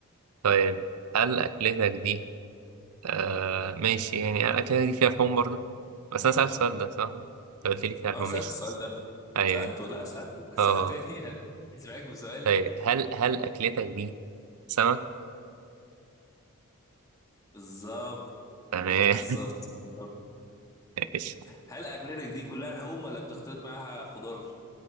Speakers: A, on the right; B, on the left.
A: طيب هل أكلتك دي آه ماشي يعني هل أكلتك دي فيها لحوم برضو؟ بس أنا سألت السؤال ده صح؟ انت قلت لي فيها لحوم
B: اه سألت
A: ماشي
B: السؤال ده
A: أيوه
B: سألته
A: أيوه.
B: لا سألته هسأله
A: اه
B: تاني <laughs> اسمعك بسؤال
A: طيب هل هل أكلتك دي سمك؟
B: بالظبط
A: تمام
B: بالظبط بالظبط
A: <laughs> ماشي
B: هل اكلتك دي كلها لحوم ولا بتختلط معاها خضار